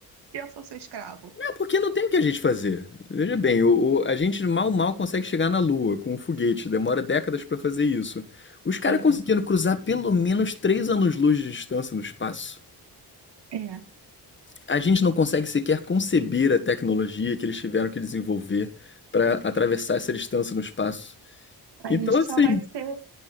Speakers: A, on the right (about 80°); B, on the left (about 30°).
A: Eu sou seu escravo.
B: não, porque não tem o que a gente fazer. Veja bem, o, o- a gente mal mal consegue chegar na Lua com um foguete, demora décadas pra fazer isso. Os caras
A: Pois
B: conseguindo
A: é.
B: cruzar pelo menos três anos-luz de distância no espaço.
A: É.
B: a gente não consegue sequer conceber a tecnologia que eles tiveram que desenvolver para atravessar essa distância no espaço.
A: A
B: Então,
A: gente
B: assim,
A: só vai ser.